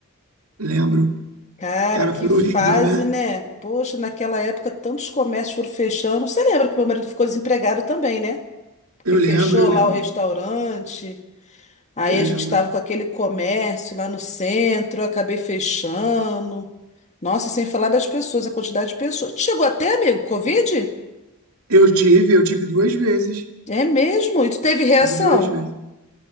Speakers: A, on the right; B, on the left.
A: Lembro.
B: Cara,
A: Cara,
B: que
A: foi
B: fase,
A: horrível, né?
B: né? Poxa, naquela época tantos comércios foram fechando. Você lembra que meu marido ficou desempregado também, né? Porque
A: Eu lembro,
B: fechou
A: eu lembro,
B: lá o restaurante. Aí
A: eu lembro.
B: a gente estava com aquele comércio lá no centro, eu acabei fechando. Nossa, e sem falar das pessoas, a quantidade de pessoas. Chegou até, amigo, Covid?
A: Eu tive, eu tive duas vezes.
B: É mesmo? E tu teve reação?
A: Tive duas vezes.